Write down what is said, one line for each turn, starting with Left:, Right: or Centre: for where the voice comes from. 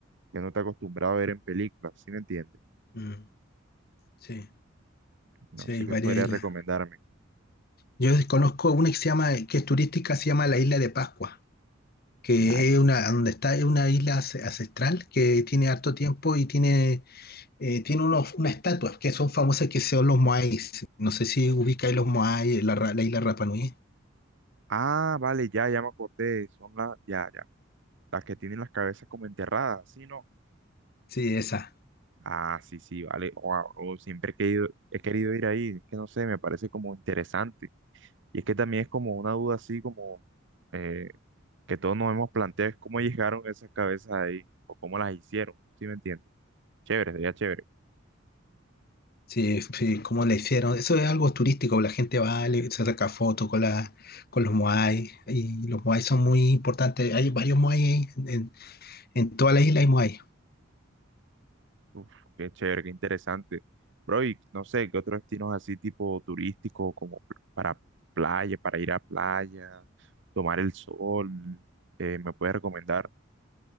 Right: que no te acostumbrado a ver en películas, ¿sí me entiendes?
Left: Mm, sí,
Right: No
Left: sí,
Right: sé
Left: hay
Right: qué
Left: varias
Right: podría
Left: islas.
Right: recomendarme.
Left: Yo conozco una que se llama, que es turística, se llama la Isla de Pascua. que
Right: Like,
Left: es una, donde está, es una isla ace- ancestral que tiene harto tiempo y tiene, eh, tiene unos, unas estatuas que son famosas que son los Moais. No sé si ubicáis los Moais, la, ra- la isla Rapa Nui.
Right: Ah, vale, ya, ya me acordé. Son las, ya, ya. Las que tienen las cabezas como enterradas, ¿sí, no?
Left: Sí, esa.
Right: Ah, sí, sí, vale. Wow, oh, siempre he querido, he querido ir ahí. Es que no sé, me parece como interesante. Y es que también es como una duda así, como eh, que todos nos hemos planteado, es cómo llegaron esas cabezas ahí, o cómo las hicieron, ¿sí me entiendes? Chévere, sería chévere.
Left: Sí, sí, sí, cómo la hicieron. Eso es algo turístico, la gente va, le- se saca fotos con, la, con los Moai y los Moai son muy importantes. Hay varios Moai en, en, en toda la isla hay Moai.
Right: Uf, qué chévere, qué interesante. Bro, y no sé, ¿qué otros destinos así tipo turístico, como pl- para playa, para ir a playa, tomar el sol, eh, me puedes recomendar?